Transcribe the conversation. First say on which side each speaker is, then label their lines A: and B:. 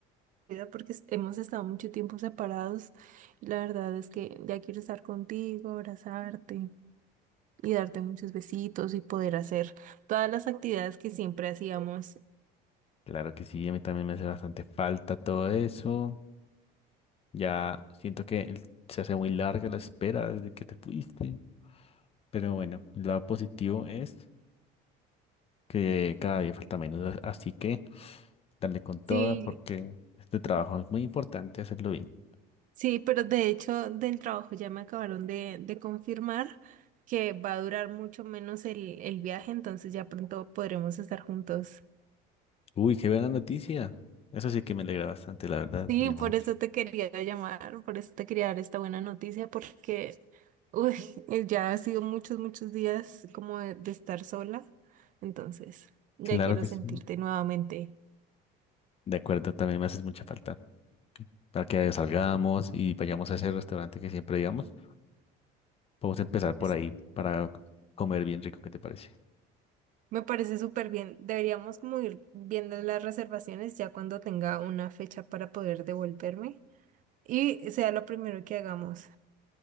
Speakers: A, on the right; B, on the left.
A: mi vida porque es- hemos estado mucho tiempo separados. La verdad es que ya quiero estar contigo, abrazarte y darte muchos besitos y poder hacer todas las actividades que siempre hacíamos.
B: Claro que sí, a mí también me hace bastante falta todo eso. Ya siento que el- se hace muy larga la espera desde que te fuiste. Pero bueno, lo positivo es que cada día falta menos, a- así que dale con toda
A: Sí,
B: porque este trabajo es muy importante hacerlo bien.
A: Sí, pero de hecho del trabajo ya me acabaron de, de confirmar que va a durar mucho menos el, el viaje, entonces ya pronto podremos estar juntos.
B: Uy, qué buena noticia. Eso sí que me alegra bastante, la verdad,
A: Sí,
B: mi amor.
A: por eso te quería llamar, por eso te quería dar esta buena noticia, porque uy, eh, ya ha sido muchos, muchos días como de, de estar sola, entonces ya
B: Claro
A: quiero
B: que
A: sentirte
B: sí.
A: nuevamente.
B: De acuerdo, también me haces mucha falta. Para que salgamos y vayamos a ese restaurante que siempre íbamos. Podemos empezar por
A: Es-
B: ahí para comer bien rico, ¿qué te parece?
A: Me parece súper bien. Deberíamos como ir viendo las reservaciones ya cuando tenga una fecha para poder devolverme. y sea lo primero que hagamos.